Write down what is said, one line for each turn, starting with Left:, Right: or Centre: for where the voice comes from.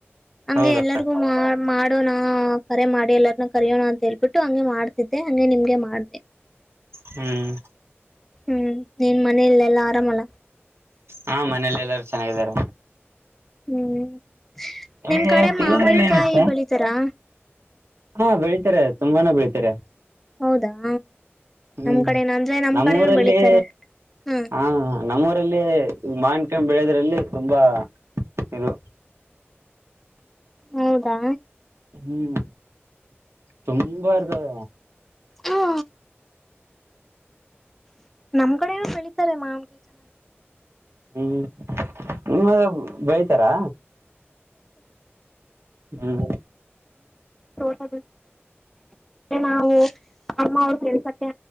Centre: ಹಗೆ
Right: ಹೌದಾ
Centre: ಎಲ್ಲರಿಗೂ ಮಾಡ. ನಡು ನ ಕರೆ ಮಾಡಿ ಎಲ್ಲಾರನ್ನ ಕರಯೋಣ ಅಂತ ಹೇಳ್ಬಿಟ್ಟು ಹಂಗೆ ಮಾಡ್ತಿದ್ದೆ ಹಂಗೆ ನಿಮ್ಗೆ ಮಾಡ್ದ.
Right: ಹ್ಮ್.
Centre: ಹ್ಮ್ ನೀನ್ ಮನ ಇಲ್ಲ ಎಲ್ಲಾ ಆರಾಮಲ್ಲ.
Right: ಹಾ ಮನೇೆಯಲ್ಲಿ ಎಲ್ಲಾರ ಚೆನ್ನಾಗಾರ.
Centre: ಹ್ಮ್
Right: ನಿಮ್ಗೆ
Centre: ನಿಮ್ ಕಡೆ
Right: ತಿಳಿದ್ರಲ್ಲಿ
Centre: ಮಾವನ್ಕಾಯಿ
Right: ಏನ ಇಷ್ಟ
Centre: ಬೆಳಿತಾರಾ.
Right: ಹಾ ಬೆಳೀಿತಾರೆ ತುಂಬಾನ ಬೆಳೀಿತಾರೆ.
Centre: ಹೌದಾ
Right: ಹ್ಮ್
Centre: ನಮ್ ಕಡೆನ ಅಂದ್ರೆ ನಮ್
Right: ನಮ್ಮೂಊರಲ್ಲಿ
Centre: ಕಡೆನು ಬೆಳಿತಾರೆ ಹ್ಮ್
Right: ಹ ನಮ್ಮೂರಲ್ಲಿ. ಈ ಮಾನ್ಕ ಬೆಳೆದ್ರಲ್ಲಿ ತುಂಬಾ ಇದು.
Centre: ಹೌದಾ.
Right: ಹ್ಮ್. ತುಂಬಾ ಇರ್ತದ.
Centre: ಹ್ಮ ನಮ್ ಕಡೆನೋ ಬೆಳಿತಾರೆ ಮಾನ್ಕೈ ಜನ.
Right: ಹ್ಮ್ ನಿಮ್ಮ ಬೆಳತಾರಾ. ಹ್ಮ್.
Centre: ಹ ನಾವು. ಅಮ್ಮ ಅವ್ರು ಕೆಲ್ಸಕ್ಕೆ